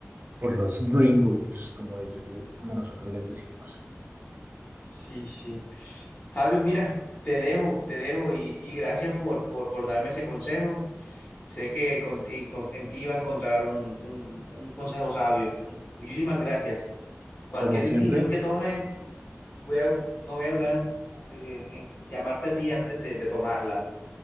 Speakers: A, on the right; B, on the left.
A: por los gringos, como ellos, le- como nosotros les decimos.
B: Sí, sí. Fabio, mira, te dejo, te dejo y, y gracias por, por, por darme ese consejo. Sé que con- y con- en ti iba a encontrar un, un- un consejo sabio. Muchísimas gracias. Cualquier
A: Como siempre,
B: decisión que tome, voy a, no voy a dudar en, en- en llamarte a ti antes de, de tomarla,